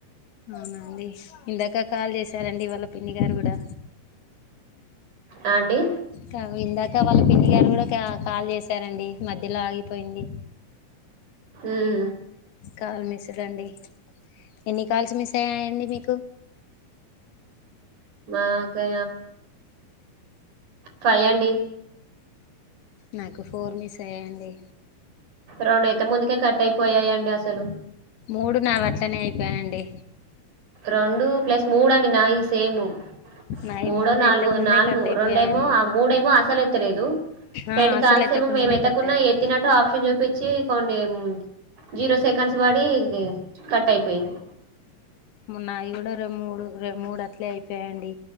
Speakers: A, on the left; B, on the right.
A: అవునా అండి ఇందాక కాల్ చేశారండి వాళ్ళ పిన్ని గారు కూడా
B: ఆ అండి
A: త ఇందాక వాళ్ళ పిన్ని గారు కూడా కా కాల్ చేశారండి మద్ మధ్యలో ఆగిపోయింది
B: ఉమ్
A: కాల్ మిస్ రండి ఎన్ని కాల్స్ మిస్ అయ్యాయండి మీకు
B: మాకా ఫై అండి
A: నాకు ఫోర్ మిస్ అయ్యాండి
B: రొండయితే ముందుకే కట్ అయిపోయాయండి అసలు
A: మూడు నావి అట్లనే అయిపోయాయండి
B: రెండు ప్లస్ మూడు అండి నావి సేము
A: నాయి
B: మూడో
A: మూడు
B: నాలుగో
A: ఎత్తక ముందే
B: నాలుగు
A: కట్ అయిపోయాయండి
B: రెండేమో మూడేమో అసలు ఎత్తలేదు
A: ఆ
B: రెండు
A: అసలు
B: కాల్స
A: ఎత్తకుండానే
B: ఏమో మేము ఎతత్తకున్న
A: కట్ అయ్యండి
B: ఎత్తతినట్టు ఆప్షన్ చూపించ్ చ్చి కొన్ని జీరో సెకండ్స్ పడి కట్ అయిపోయింది
A: మున్నావి కూడా మూడు మూడు అట్లే అయిపోయండి